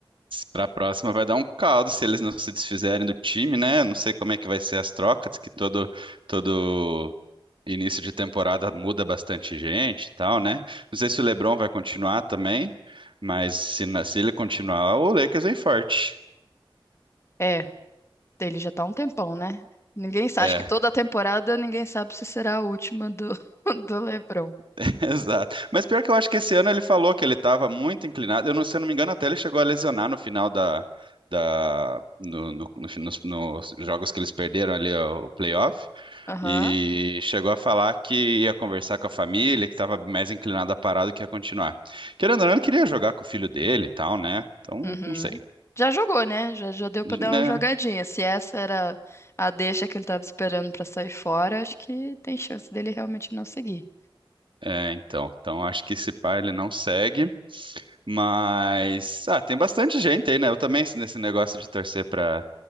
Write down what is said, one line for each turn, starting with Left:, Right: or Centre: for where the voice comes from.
Right: Pra próxima vai dar um caldo se eles não se desfizerem do time, né? Não sei como é que vai ser as trocas, que todo, todo início de temporada muda bastante gente e tal, né? Não sei se o LeBron vai continuar também, mas se, na- se ele continuar, o Lakers vem forte.
Left: É, ele já tá há um tempão, né? Ninguém sabe,
Right: É.
Left: acho que toda a temporada ninguém sabe se será a última do, <laughs> do LeBron.
Right: <laughs> Exato. Mas pior que eu acho que esse ano ele falou que ele estava muito inclinado. Eu não, se eu não me engano, até ele chegou a lesionar no final da, da no, no- no- fi- nos, nos jogos que eles perderam ali ó, o playoff.
Left: Aham,
Right: E chegou a falar que ia conversar com a família, que estava mais inclinado a parar do que a continuar. Querendo ou não, ele queria jogar com o filho dele e tal, né? Então,
Left: uhum.
Right: não sei.
Left: Já jogou, né? Já, já deu
Right: né?
Left: pra dar uma jogadinha. Se essa era a deixa que ele tava esperando pra sair fora, acho que tem chance dele realmente não seguir.
Right: É, então. Então acho que esse pai ele não segue. Mas ah, tem bastante gente aí, né? Eu também nesse negócio de torcer para